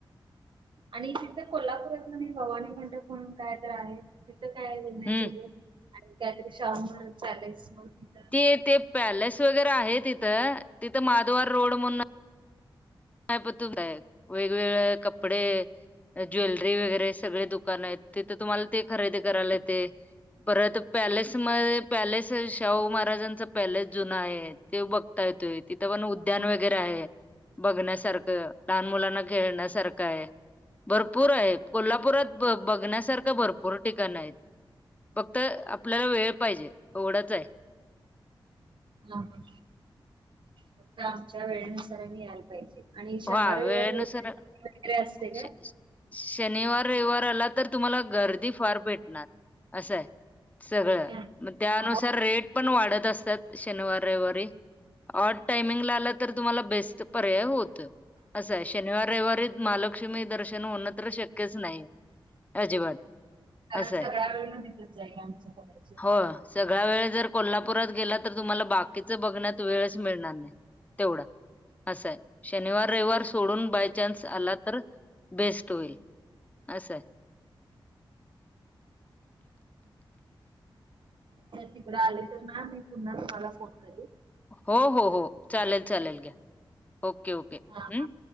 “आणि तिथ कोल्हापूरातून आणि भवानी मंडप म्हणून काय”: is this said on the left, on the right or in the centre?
Right